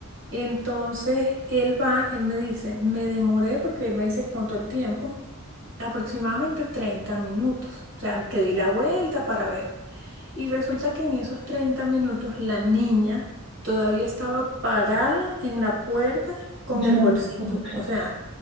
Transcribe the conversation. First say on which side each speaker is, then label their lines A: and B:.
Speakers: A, on the right; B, on the right.
A: Entonces él va, él me dice, me demoré porque él me dice que contó el tiempo, aproximadamente 30 minutos. O sea, que di la vuelta para ver. Y resulta que en esos 30 minutos la niña todavía estaba parada en la puerta con
B: Yo
A: el
B: no
A: bolsito.
B: te puedo creer.
A: O sea,